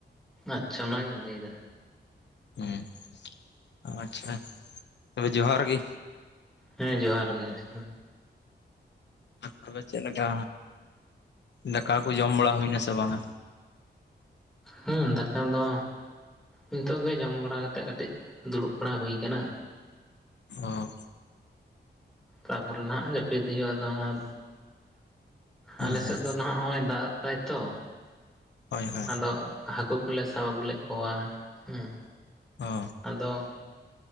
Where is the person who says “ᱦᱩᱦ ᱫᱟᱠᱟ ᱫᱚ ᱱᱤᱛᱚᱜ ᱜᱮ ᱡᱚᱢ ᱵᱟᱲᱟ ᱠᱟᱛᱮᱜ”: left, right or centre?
Centre